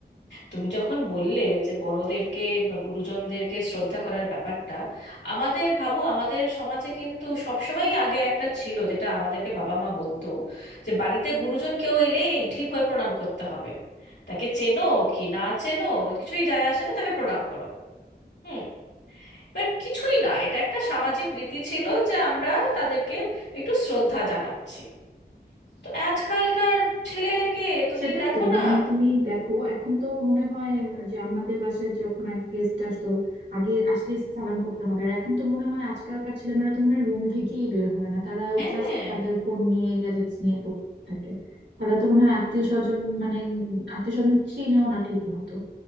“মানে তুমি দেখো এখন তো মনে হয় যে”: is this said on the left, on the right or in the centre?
Right